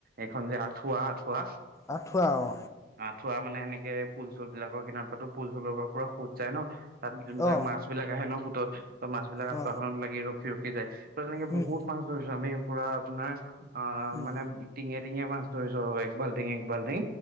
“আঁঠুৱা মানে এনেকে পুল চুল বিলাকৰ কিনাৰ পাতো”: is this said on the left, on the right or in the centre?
Right